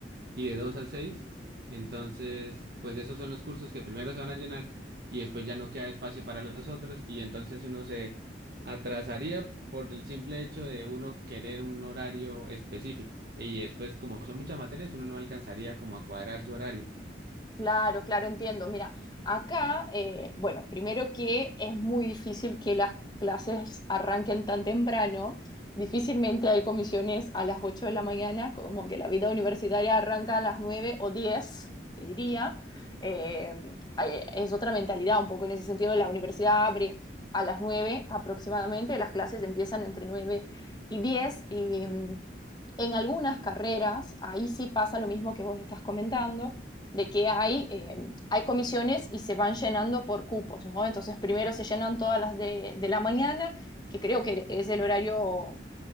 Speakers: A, on the right; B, on the left.
A: y de dos a seis Entonces, pues esos son los cursos que primero se van a llenar y después ya no queda espacio para los otros y entonces uno se atrasaría por el simple hecho de uno querer un horario específico. Y después, como son muchas materias, uno no alcanzaría como a cuadrar su horario.
B: Claro, claro, entiendo. Mira, acá, eh, bueno, primero que es muy difícil que las clases arranquen tan temprano. Difícilmente hay comisiones a las 8 de la mañana, como que la vida universitaria arranca a las 9 o 10, te diría. Eh, hay- es otra mentalidad un poco en ese sentido. La universidad abre a las 9 aproximadamente, las clases empiezan entre nueve y diez. y... mm, en algunas carreras, ahí sí pasa lo mismo que vos estás comentando, de que hay, eh, hay comisiones y se van llenando por cupos, ¿no? Entonces primero se llenan todas las de, de la mañana, que creo que es el horario,